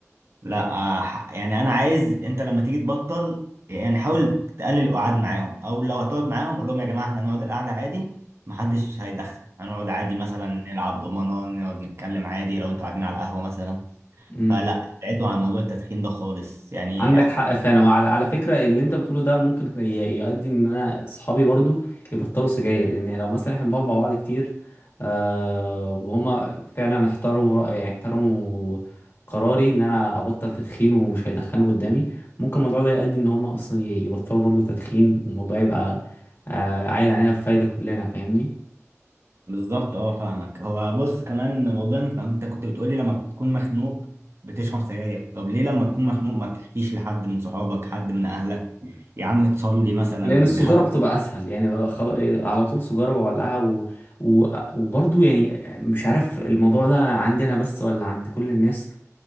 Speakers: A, on the right; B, on the left.
A: لا آه، ح- يعني انا عايز انت لما تيجي تبطل يعني حاول تقلل القعاد معاهم او لو هتقعد معاهم قول لهم يا جماعه احنا هنقعد القعده عادي محدش هيدخل هنقعد عادي مثلا نلعب دومنه نقعد نتكلم عادي لو انتوا قاعدين على القهوه مثلا
B: امم
A: فلا ابعدوا عن موضوع التدخين ده خالص يعني
B: عندك حق فعلا وعلى على فكره اللي انت بتقوله ده ممكن ي- يؤدي ان انا اصحابي برضو يبطلوا سجاير لان يعني لو مثلا احنا بنقعد مع بعض كتير آه وهما فعلا احترموا رأيي احترموا قراري ان انا ابطل تدخين ومش هيدخنوا قدامي ممكن الموضوع ده يؤدي ان هما اصلا ي- يبطلوا برضو تدخين والموضوع يبقى آه عايد علينا بفايده كلنا فاهمني
A: بالظبط اه فاهمك هو بص كمان موضوع إن انت كنت بتقولي لما بتكون مخنوق بتشرب سجاير طب ليه لما تكون مخنوق ما بتحكيش لحد من صحابك حد من اهلك يا عم تصلي مثلا
B: لان السجاره
A: <laughs>
B: بتبقى اسهل يعني بقى خلاص على طول سجاره بولعها و... و... وبرضو يعني مش عارف الموضوع ده عندي انا بس ولا عند كل الناس